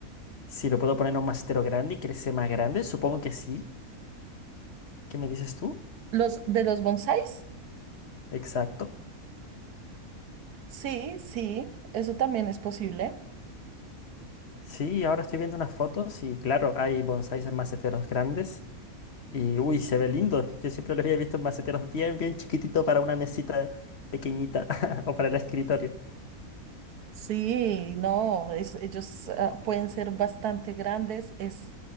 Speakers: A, on the left; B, on the right.
A: Si lo puedo poner en un mastero grande y crece más grande, supongo que sí. ¿Qué me dices tú?
B: Los de los bonsáis,
A: Exacto.
B: sí, sí, eso también es posible.
A: Sí, ahora estoy viendo unas fotos y claro, hay bonsáis en maceteros grandes. Y uy, se ve lindo. Yo siempre lo había visto en maceteros bien, bien chiquitito para una mesita pequeñita <laughs> o para el escritorio.
B: Sí, no, es- ellos ah, pueden ser bastante grandes, es